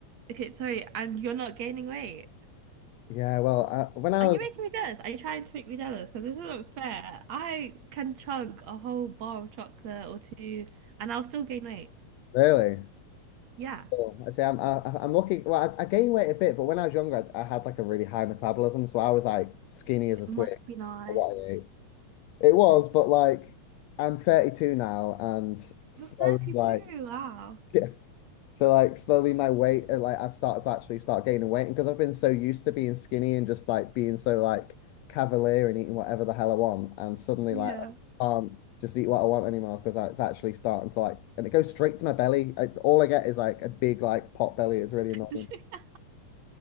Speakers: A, on the right; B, on the left.
A: Okay, sorry, and you're not gaining weight.
B: Yeah, well, I, when I
A: Are
B: was
A: you making me jealous? Are you trying to make me jealous? Because this isn't fair. I can chug a whole bar of chocolate or two and I'll still gain weight.
B: really,
A: Yeah,
B: oh, I say I'm I, I'm lucky. Well, I, I gained weight a bit, but when I was younger, I, I had like a really high metabolism, so I was like skinny as a
A: must
B: twig.
A: be nice.
B: for What I ate, it was, but like I'm 32 now, and slowly
A: You're 32.
B: like.
A: Wow.
B: <laughs> So like slowly my weight, uh, like I've started to actually start gaining weight, and because I've been so used to being skinny and just like being so like cavalier and eating whatever the hell I want, and suddenly
A: Yeah.
B: like I can't just eat what I want anymore because it's actually starting to like, and it goes straight to my belly. It's all I get is like a big like pot belly. It's really annoying.
A: <laughs>
B: <laughs>